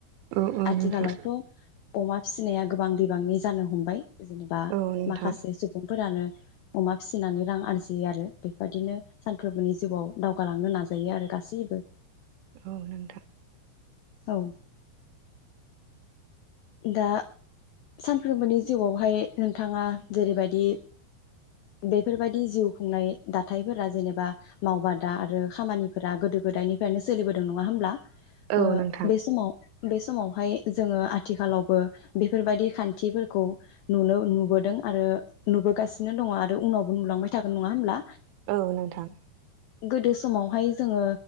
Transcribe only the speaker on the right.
औ औ
नोंथां
औ नोंथां
औ नोंथां
औ नोंथां
औ नोंथां